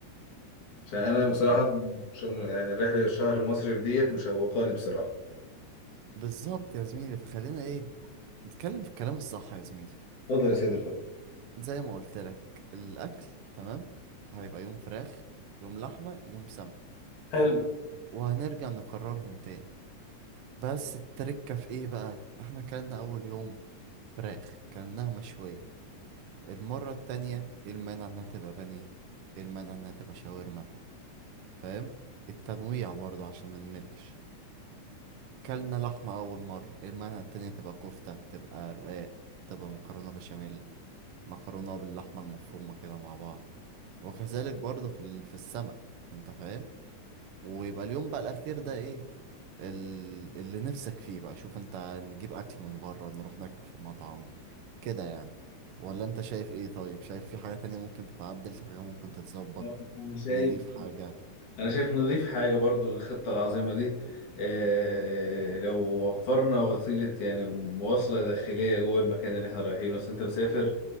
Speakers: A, on the left; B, on the right.
A: فأنا بصراحة
B: آه،
A: مش يعني الرحلة الشهر المصري ديت مشوقاني بصراحة
B: بالظبط يا زميلي فخلينا ايه نتكلم في الكلام الصح يا زميلي
A: اتفضل يا سيد اتفضل
B: زي ما قلت لك الاكل تمام هيبقى يوم فراخ يوم لحمه يوم سمك
A: حلو
B: وهنرجع نقررهم تاني بس التركه في ايه بقى احنا كلنا اول يوم فراخ كلناها مشويه المره التانية إيه المانع انها تبقى بانيه إيه المانع انها تبقى شاورما فاهم التنويع برضه عشان ما نملش كلنا لحمه اول مره إيه المانع التانية تبقى كفته تبقى رقاق تبقى مكرونه بشاميل مكرونة باللحمة المفرومة كده مع بعض وكذلك برضه في ال- في السمك انت فاهم ويبقى اليوم بقى الأخير ده ايه ال- اللي نفسك فيه بقى شوف انت نجيب أكل من بره نروح ناكل في مطعم كده يعني ولا انت شايف ايه طيب شايف في حاجة تانية ممكن تتعدل في حاجة ممكن تتظبط
A: أنا شايف
B: نضيف حاجة
A: انا شايف نضيف حاجه برضو للخطه العظيمه دي آه، آه، لو وفرنا وسيله يعني مواصله داخليه جوه المكان اللي احنا رايحينه بس انت مسافر